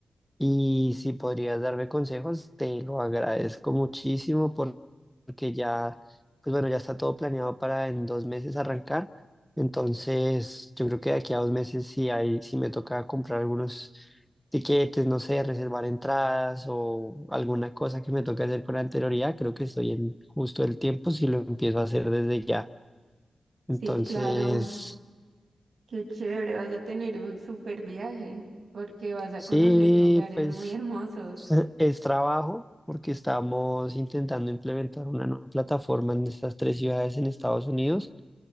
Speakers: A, in the centre; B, on the right.
A: Y si podrías darme consejos, te lo agradezco muchísimo por- porque ya, pues bueno, ya está todo planeado para en dos meses arrancar. Entonces, yo creo que de aquí a dos meses, si hay, si me toca comprar algunos tiquetes, no sé, reservar entradas o alguna cosa que me toque hacer con anterioridad, creo que estoy en justo el tiempo si lo empiezo a hacer desde ya.
B: Sí,
A: Entonces,
B: claro, qué chévere, vas a tener un súper viaje porque vas a
A: sí,
B: conocer lugares
A: pues.
B: muy
A: <laughs>
B: hermosos.
A: Es es trabajo porque estamos intentando implementar una nueva plataforma en estas tres ciudades en Estados Unidos,